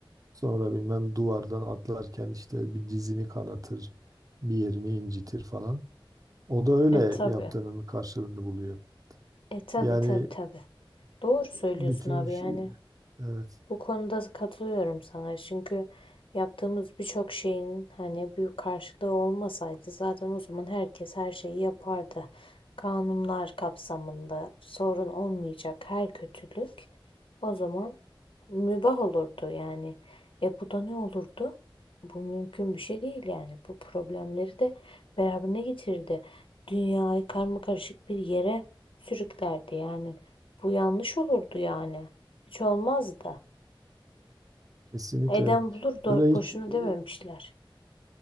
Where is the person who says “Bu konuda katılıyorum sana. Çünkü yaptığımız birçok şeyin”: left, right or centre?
Left